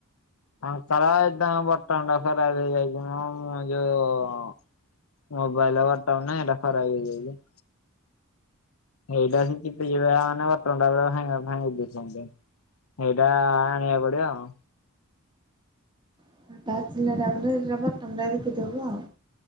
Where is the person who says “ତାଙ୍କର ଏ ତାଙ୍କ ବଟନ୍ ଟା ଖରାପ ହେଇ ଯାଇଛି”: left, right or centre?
Left